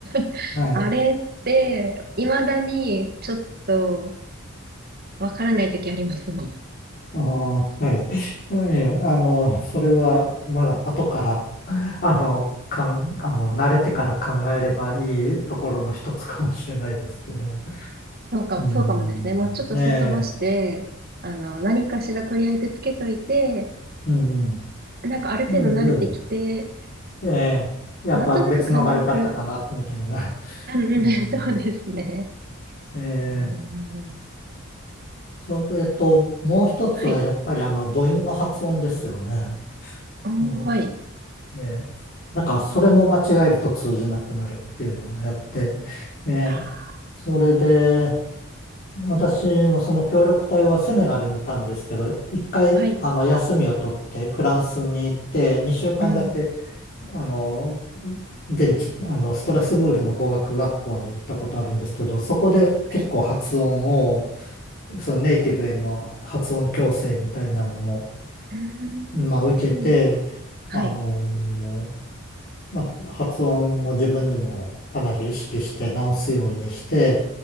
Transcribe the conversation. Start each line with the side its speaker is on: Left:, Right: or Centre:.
Right: <laughs>
Left: はい。
Right: あれって、未だにちょっとわからない時ありますもん。
Left: ああ、はい。いやあの、それは、まだ後から、あの、かん、あの、慣れてから考えればいいところの一つかもしれないですけど。
Right: そうか、
Left: うん。
Right: そうかもですね。もうちょっとすっ飛ばして、
Left: ね
Right: あの、何かしらとりあえずつけといて、
Left: え。うん。
Right: なんかある程度慣れてきて、
Left: うん。うん。ええ、やっぱ別のが良かったかな、
Right: なんとなく感覚
Left: みたいな。<laughs>
Right: うんうん、
Left: うん、
Right: <laughs> そうですね。
Left: ええ、
Right: うん。
Left: それと、もう一つはやっぱりあの、
Right: はい。
Left: 母音の発音ですよね。
Right: おー、
Left: え
Right: はい。
Left: え、ええなんか、それも間違えると通じなくなるっていうのをやって、ええ、
Right: あ、
Left: それで、私もその協力隊はセネガルにいたんですけど、一回、
Right: はい。
Left: あの、休みを取ってフランスに行って、2週間だけ
Right: うん、
Left: あの、現地、あの、ストラスブールの語学学校に行ったことあるんですけど、そこで結構発音を、
Right: はい。
Left: そのネイティブへの発音矯正みたいなのも、
Right: うん、
Left: まあ、受けて、
Right: はい。
Left: あの、まあ、発音も自分でもかなり意識して直すようにして、